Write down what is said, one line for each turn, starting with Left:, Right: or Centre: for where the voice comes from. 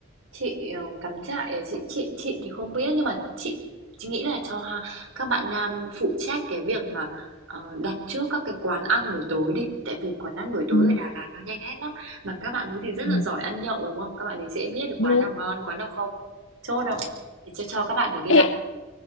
Right: Chị, ờ, cắm trại à? Chị chị chị thì không biết nhưng mà chị chị nghĩ là cho ha, các bạn nam phụ trách cái việc mà ờ, đặt trước các cái quán ăn buổi tối đi, tại vì quán ăn buổi tối
Left: Ừ.
Right: ở Đà Lạt nó nhanh hết lắm. Mà các bạn ấy thì rất
Left: ừ.
Right: là giỏi ăn nhậu đúng không? Các bạn ấy dễ biết được quán
Left: đúng
Right: nào ngon, quán nào không. Chốt không? Thì cho cho các bạn ấy đi
Left: Ê,
Right: đặt.